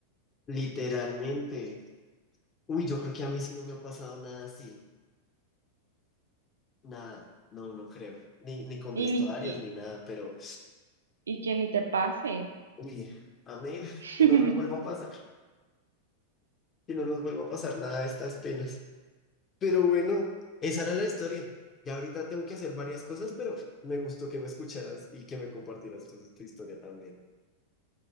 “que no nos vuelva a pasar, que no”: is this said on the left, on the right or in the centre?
Left